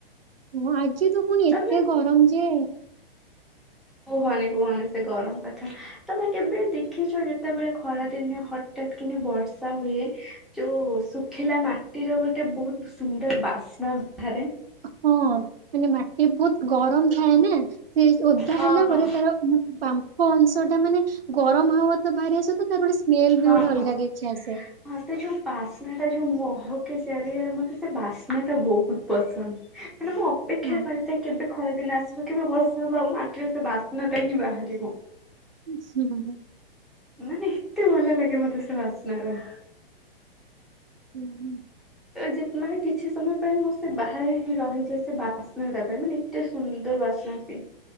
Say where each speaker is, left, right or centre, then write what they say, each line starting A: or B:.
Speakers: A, on the right (about 75°); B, in the centre.
A: ଓ ଆଜି ତୁ ପୁଣି
B: ତମେ
A: ଏତେ ଗରମ ଯେ
B: କୁହନି କୁହନି ସେ ଗରମ କଥା ତମେ କେବେ ଦେଖିଛ ଯେତେବେଳେ ଖରାଦିନ ହଠାତ୍ କି ବର୍ଷା ହୁଏ ଯୋଉ ଶୁଖିଲା ମାଟିର ଗୋଟେ ବହୁତ ସୁନ୍ଦର ବାସ୍ନା ଠାରେ
A: ହଁ ମାନେ ମାଟି ବହୁତ ଗରମ ଥାଏ ନା ସେ ଓଦା
B: ହଁ
A: ହେଲା
B: ହଁ।
A: ପରେ ତାର ବାମ୍ଫ ଅଂଶ ଟା ମାନେ ଗରମ ହାୱା ତ ବାହାରି ଆସ ତ ତାରୁଡ଼ି ଶ୍ ମେଲ
B: ହଁ
A: ବି ଗୋଟେ
B: ହଁ
A: ଅଲଗା କିଛି ଆସେ।
B: ହଁ ସେ ଯୋଉ ବାସ୍ନା ଟା ଯୋଉ ମହକେ ଚାରିଆରେ ମତେ ସେ ବାସ୍ନା ଟା ବହୁତ ପସନ୍ଦ।। ମାନେ ମୁଁ ଅପେକ୍ଷା
A: ହଁ।
B: କରିଥାଏ କେବେ ଖରାଦିନ ଆସିବ? କେବେ ବର୍ଷା ହବ ଆଉ ମାଟିରେ ସେ ବାସ୍ନାଟା ହିଁ ବାହାରିବ।
A: <unintelligible>
B: ମାନେ ଏତେ ଭଲ ଲାଗେ ମତେ ସେ ବାଶ୍ନାଟା।
A: ହୁଁ ହୁଁ।
B: ଜେତ୍ ମାନେ କିଛି ସମୟ ପାଇଁ ମୁଁ ସେ ବାହାରେ ହିଁ ରହିଯାଏ ସେ ବାସ୍ନାଟା ପାଇଁ ମାନେ ଏତେ ସୁନ୍ଦର ବାସ୍ନା ସେ।